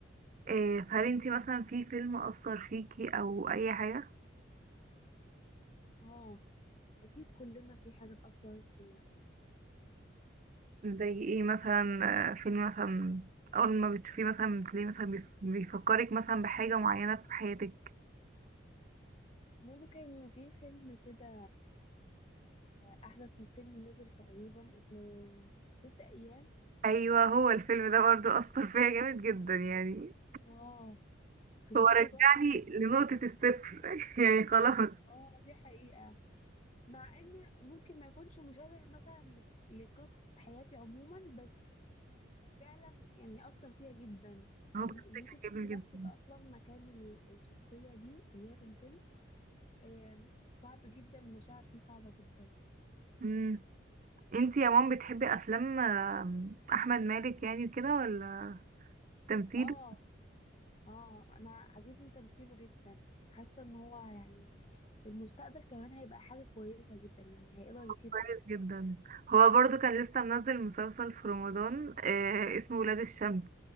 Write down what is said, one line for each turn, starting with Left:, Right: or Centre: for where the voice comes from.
Right: أه، فهل انتي مثلا في فيلم أثر فيكي او اي حاجة
Left: اه اكيد كلنا في حاجة اتأثرت فينا
Right: زي ايه مثلا أه، فيلم مثلا اول ما بتشوفيه مثلا بتلاقيه مثلا بيف- بيفكرك مثلا بحاجة معينة في حياتك
Left: ممكن في فيلم كده آه، احدث فيلم نزل تقريبا اسمه ست ايام
Right: ايوه هو الفيلم ده برضو اثر فيا جامد جدا يعني
Left: اه قصته
Right: هو رجعني
Left: تحفة
Right: لنقطة الصفر <laughs> يعني خلاص
Left: اه دي حقيقة مع ان ممكن ما يكونش مشابه مثلا ل- لقصة حياتي عموما بس فعلا يعني اثر فيها جدا
Right: هو
Left: أم،
Right: بجد
Left: ان انت تحطي
Right: كان جميل
Left: نفسك
Right: جدا
Left: اصلا مكان ال- الشخصية دي اللي هي في الفيلم آم، صعب جدا المشاعر فيه صعبة جدا
Right: امم انتي يا مام بتحبي افلام آم، احمد مالك يعني وكده ولا تمثيله
Left: اه اه انا عاجبني تمثيله جدا حاسه ان هو يعني في المستقبل كمان هيبقى حاجه كويسه جدا يعني هيقدر يسيب
Right: كويس
Left: بصمه
Right: جدا هو برضو كان لسه منزل مسلسل في رمضان آه اسمه ولاد الشمس